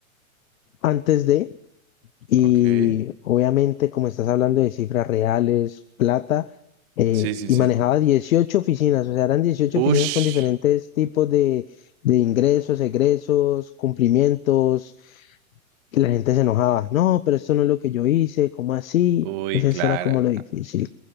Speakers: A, on the left; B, on the right.
A: antes de... Y
B: Ok.
A: obviamente, como estás hablando de cifras reales, plata, eh,
B: Sí, sí,
A: y
B: sí.
A: manejaba 18 oficinas, o sea, eran dieciocho
B: Ush.
A: oficinas con diferentes tipos de, de ingresos, egresos, cumplimientos. y La gente se enojaba, no, pero esto no es lo que yo hice, ¿cómo así?
B: Uy,
A: Entonces,
B: claro,
A: eso era como lo difícil.